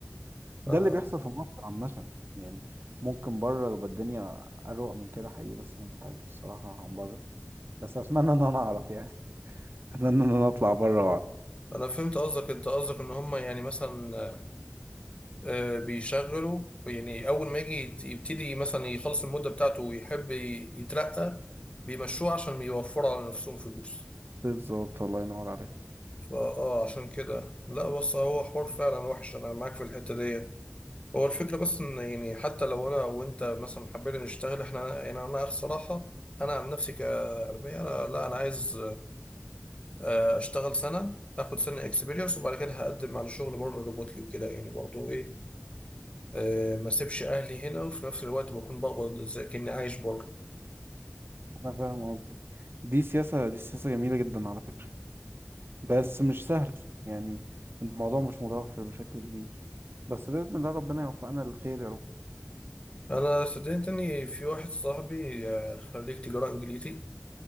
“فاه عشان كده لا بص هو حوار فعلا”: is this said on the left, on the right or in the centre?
Left